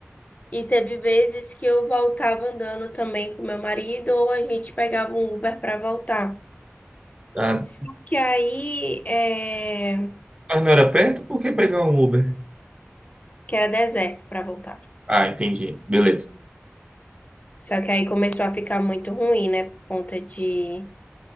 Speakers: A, on the left (about 30°); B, on the right (about 25°).
A: e teve vezes que eu voltava andando também com meu marido ou a gente pegava um Uber pra voltar.
B: Ah,
A: Só que aí, é...
B: mas não era perto? Por que pegar um Uber?
A: que era deserto pra voltar.
B: Ah, entendi. Beleza.
A: Só que aí começou a ficar muito ruim, né? Por conta de,